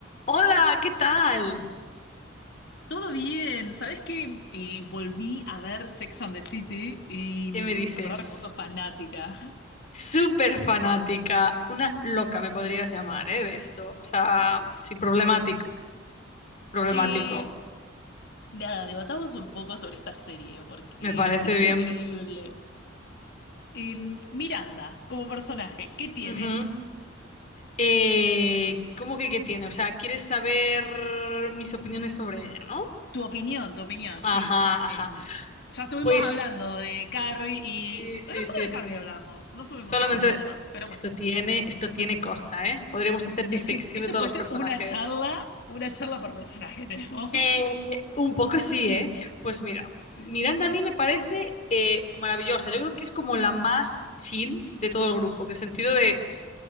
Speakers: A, on the left; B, on the left.
A: Hola, ¿qué tal?
B: Todo bien, ¿sabés qué? Eh, volví a ver Sex and the City y
A: ¿Qué
B: mm,
A: me dices?
B: me acordaba que vos sos fanática. <laughs>
A: Súper fanática, una loca me podrías llamar, ¿eh? De esto. O sea, sí, problemático, problemático.
B: Eh, nada, debatamos un poco sobre esta serie porque
A: Me parece
B: me parece
A: bien.
B: increíble. Eh, Miranda, como personaje, ¿qué tiene?
A: Ujú. Eh, ¿cómo que qué tiene? O sea, ¿quieres saber mis opiniones sobre ella, no?
B: Tu opinión, tu opinión,
A: Ajá,
B: sí.
A: ajá.
B: Eh, ya estuvimos
A: Pues
B: hablando de Carrie y...
A: sí, sí,
B: Bueno, solo
A: sí,
B: de
A: sí.
B: Carrie hablamos, no estuvimos
A: Solamente
B: hablando de más,
A: es
B: pero
A: que
B: bueno.
A: esto tiene, esto tiene cosa, ¿eh? Podríamos hacer disección
B: Es que esto
A: de todos
B: puede
A: los personajes.
B: ser una charla, una charla por personaje tenemos.
A: Eh,
B: <laughs>
A: un poco sí, ¿eh? Pues mira,
B: Sí.
A: Miranda a mí me parece eh, maravillosa. Yo creo que es como la más chill de todo el grupo, en el sentido de,